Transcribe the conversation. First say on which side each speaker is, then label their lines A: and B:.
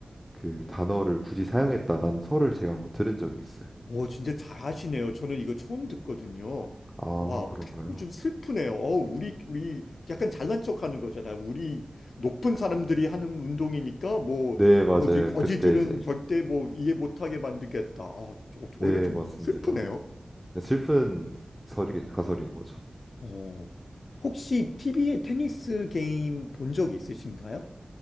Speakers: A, in the centre; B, on the left.
A: 그 단어를 굳이 사용했다라는 설을 제가 한번 들은 적이 있어요.
B: 오, 진짜 잘하시네요. 저는 이거 처음 듣거든요.
A: 아,
B: 와, 어떻게
A: 그런가요?
B: 보면 좀 슬프네요. 어, 우리, 우리 약간 잘난 척 하는 거잖아요. 우리 높은 사람들이 하는 운동이니까 뭐,
A: 네, 맞아요.
B: 뭐지, 거지들은
A: 그때 이제
B: 절대 뭐 이해 못하게 만들겠다. 아, 오-
A: 네,
B: 오히려 좀
A: 맞습니다.
B: 슬프네요.
A: 네, 슬픈 설이 가설인 거죠.
B: 어. 혹시 TV에 테니스 게임 본 적이 있으신가요?